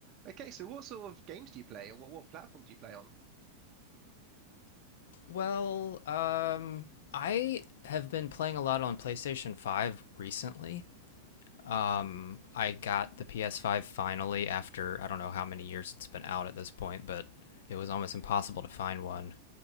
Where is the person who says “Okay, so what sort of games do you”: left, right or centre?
Right